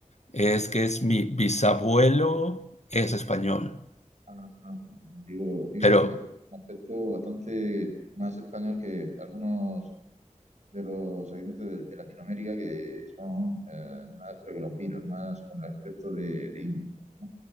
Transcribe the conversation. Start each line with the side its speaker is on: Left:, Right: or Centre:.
Left: es que es mi bisabuelo es español,
Right: Ah, ah, ah. Digo, digo,
Left: pero,
Right: es que un aspecto bastante más español que algunos. de los habitantes de, de Latinoamérica que son eh, más precolombinos, más con el aspecto de, de indio, ¿no?